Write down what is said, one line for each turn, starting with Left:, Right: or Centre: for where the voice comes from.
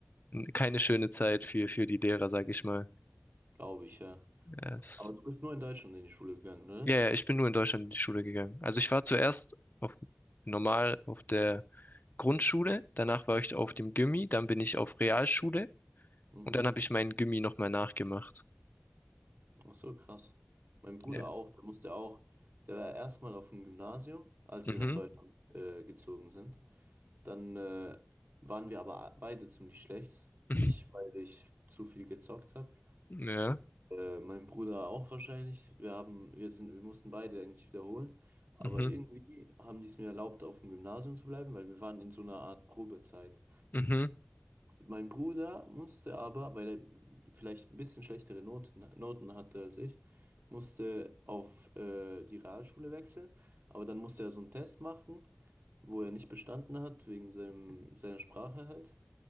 Left: keine schöne Zeit für, für die Lehrer, sage ich mal.
Right: glaube ich, ja.
Left: Ja, Es,
Right: Aber du bist nur in Deutschland in die Schule gegangen, ne?
Left: ja, ja, ich bin nur in Deutschland in die Schule gegangen. Also ich war zuerst auf normal auf der Grundschule, danach war ich auf dem Gymi, dann bin ich auf Realschule
Right: Mhm.
Left: und dann habe ich meinen Gymi nochmal nachgemacht.
Right: Ach so, krass. Mein Bruder
Left: Ja.
Right: auch, der musste auch, der war erstmal auf dem Gymnasium, als
Left: Mhm.
Right: wir nach Deutschland äh, gezogen sind. Dann äh, waren wir aber beide ziemlich schlecht.
Left: <laughs>
Right: Ich, weil ich zu viel gezockt habe.
Left: Ja.
Right: Äh, mein Bruder auch wahrscheinlich. Wir haben, wir sind, wir mussten beide eigentlich wiederholen. Aber
Left: Mhm.
Right: irgendwie haben die es mir erlaubt, auf dem Gymnasium zu bleiben, weil wir waren in so einer Art Probezeit.
Left: Mhm.
Right: Mein Bruder musste aber, weil er vielleicht ein bisschen schlechtere Noten, Noten hatte als ich, musste auf äh, die Realschule wechseln. Aber dann musste er so einen Test machen, wo er nicht bestanden hat, wegen seinem, seiner Sprache halt.